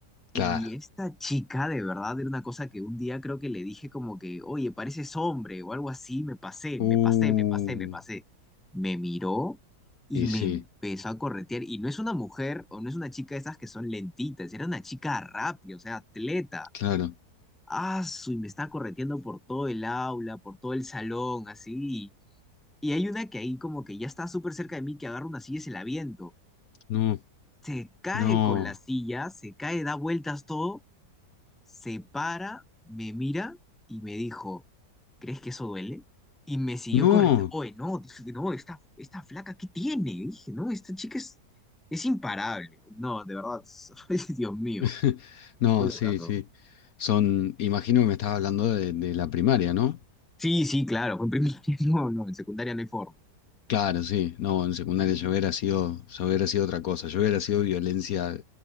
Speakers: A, in the centre; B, on the left.
A: Y
B: Claro.
A: esta chica, de verdad, era una cosa que un día creo que le dije como que, oye, pareces hombre o algo así, me pasé,
B: Uh,
A: me pasé, me pasé, me pasé. Me miró y
B: y
A: me
B: sí,
A: empezó a corretear. Y no es una mujer o no es una chica de esas que son lentitas, era una chica rápida, o sea, atleta.
B: claro.
A: Ah, su, y me está correteando por todo el aula, por todo el salón, así. Y hay una que ahí como que ya está súper cerca de mí, que agarra una silla y se la aviento.
B: No,
A: Se cae
B: no,
A: con la silla, se cae, da vueltas todo se para, me mira y me dijo, ¿crees que eso duele? Y me siguió
B: no.
A: corriendo. Oye, no, dije, no, esta, esta flaca, ¿qué tiene? Dije, no, esta chica es, es imparable. No, de verdad, <laughs> ay, Dios mío,
B: <laughs> No,
A: fue lo
B: sí,
A: caso.
B: sí. Son, imagino que me estabas hablando de, de la primaria, ¿no?
A: Sí, sí, claro, fue en primaria, <laughs> no, no, en secundaria no hay forma.
B: Claro, sí, no, en secundaria yo hubiera sido, yo hubiera sido otra cosa, yo hubiera sido violencia,